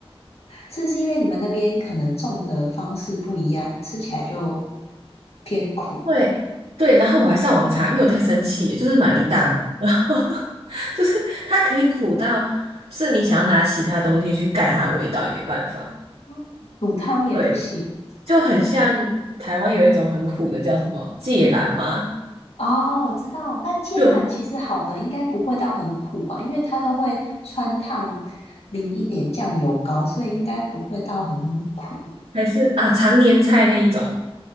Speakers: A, on the left; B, on the right.
A: 是不是因为你们那边可能种的方式不一样，吃起来就偏苦？
B: 对对，然后我还上网查，因为我太生气了就是买了一大包，然后 <laughs> 就是它可以苦到，就是你想要拿其他东西去盖它的味道也没办法。
A: 嗯，煮汤也不行。
B: 对，就很像台湾有一种很苦的叫什么芥蓝吗？
A: 哦哦，我知道，但芥蓝其实好的应该不会到很苦啊，
B: 就
A: 因为它都会穿烫淋一点酱油膏，所以应该不会到很苦。
B: 还是啊常年菜那一种，